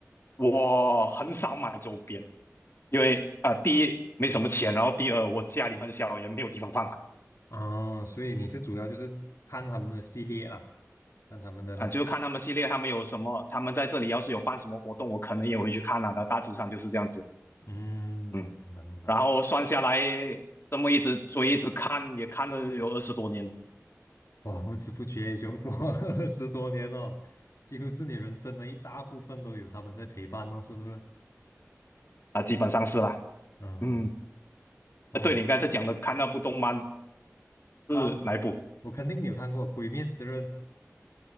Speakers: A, on the left (about 45°); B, on the left (about 65°).
A: 我很少买周边。因为啊、呃第一没什么钱，然后第二我家里很小，也没有地方放啊、
B: 哦，所以你是主要就是看他们的系列啦，看他们的那些，
A: 呃就是看他们系列，他们有什么，他们在这里要是有办什么活动，我可能也会去看啊的，大致上就是这样子，
B: 嗯，明白明白明白。
A: 嗯，然后算下来这么一直追一直看，也看了有二十多年
B: 哇，不知不觉就过了 <laughs> 二十多年了，几乎是你人生的一大部分都有他们在陪伴哦，是不是？
A: 啊、呃基本上是啦，
B: 嗯，
A: 嗯，
B: 哦
A: 呃对，你刚才讲的看那部动漫是哪一部
B: 啊，我肯定你有看过《鬼灭之刃》